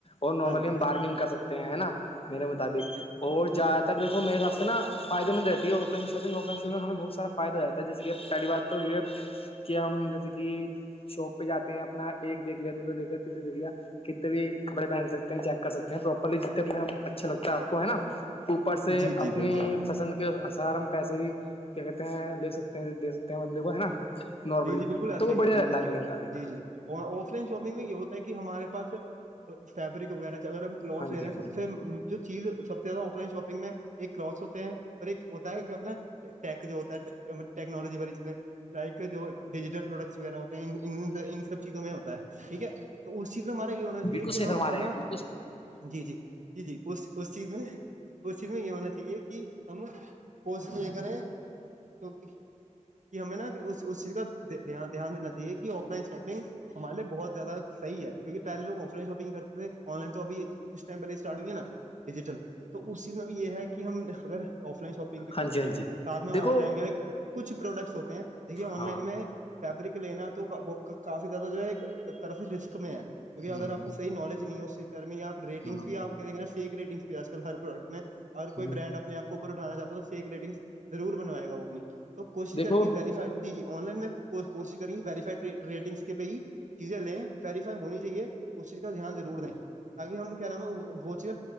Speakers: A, on the left (about 45°); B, on the right (about 70°).
A: اور نارملی
B: ہاں جی
A: ہم بارگننگ کر سکتے ہیں نا میرے مطابق اور زیادہ تر دیکھو میرے حساب سے نا فائدے مند رہتی ہے offline shopping offline shopping میں ہمیں بہ سارا فائد ہوات ہے جسے پہلی بات تو یہ ہے کہ ہم جیسے کہ شاپ پہ جاتے ہیں اپنا ایک دیکھ لیا دوسرے دیکھ لیا تیسر دیکھ لیا کتنے بھی کپڑے پہن سکتے چیک کر سکتے ہیں پراپرلی جتنے اپنے اچھا لگتا ہے آپ کو ہے نا اوپر سے
B: جی جی
A: اپنی
B: بالکل
A: پسند آ سار ہم پیسے بھی کیا کہتے ہیں لے سکتے ہیں دے سکتے ہیں بندے کو ہے نا نارملی
B: جی جی بالکل ایسا
A: تو وہ
B: ہی
A: بڑھیا
B: ہے جی
A: رہتا
B: جی
A: میرے مطابق
B: جی جی اور آف لاین شاپنگ میں یہ ہوتا ہے کہ ہمارے پاس فیبرک وغیرہ اگر ہم کلاتتس
A: ہاں
B: لے
A: جی
B: رہا ہیں
A: ہاں
B: سب
A: جی
B: سے جو چیز سب سے آف لائن شاپنگ میں ایک کلتھس ہوتے ہیں پر ایک ہوتا ہے کیا اپنا ٹیک جو ہوتا ہے ٹیکنالوجی والی چیز میں جو ڈیجیٹل پروڈکٹس وغیرہ ہوتے ہیں ان ان سب چیزوں میں ہوتا ٹھیک ہے تو اس چیز میں ہمارا یہ ہونا چاہیے
A: بالکل
B: کہ
A: صحیح
B: ہم
A: فرما رہے
B: نا
A: ہیں
B: جی جی جی جی اس اس چیز میں اس چیز میں یہ ہونا چاہیے کہ ہم کوشش یہ کریں کیکہ کہ ہمیں نا اس اس چیز کا دھیان دھیان دینا چاہے کہ آف لائن شاپنگ ہمارے بہت زیادہح ہے کیونہ پہل لو آف لائن شاپنگ کرتے تھے آن لائن توبھی کچھ ٹائم پہلے اسٹارٹ ہو ہے نا ڈیجیٹل تو اس چیز میں بھی یہ ہے کہ ہم اگر آف لائن شاپنگ بھی کرتے
A: ہاں جی
B: رہے
A: ہاں جی
B: ساتھ میں آف
A: دیکھو
B: لائن کے کچھ پروڈکٹس ہوتے ہیں دیکھیے آن
A: ہاں
B: لائن میں فیبرک لینا تو وہ کافی زیادہ جو ہے ایک طرف سے رسک میں ہے کیونکہ
A: ہ
B: اگر آپ کو صحیح نالج نہیں ہے اس کے خیال میں آ ریٹنگس
A: ہ
B: بھی آپ فیک ریٹنگس آج کلر پرڈٹ میں اگر کوئی برانڈ
A: ہ
B: اپنے آ کوو اٹھانا چاہتا تو فیک ریٹنگس ضرور بنوائے گا وہ اپنی تو کوشش
A: دیکھو
B: کریں گی verified G G on line میں کوشش کری ویریفائڈ ریٹنگس کے پہ ہی چیزیں لیں ویریفائی ہونی چاہیے اس چیز کا دھیان ضرور دیں تاکی ہم کیا نام ہے وہ چیزیں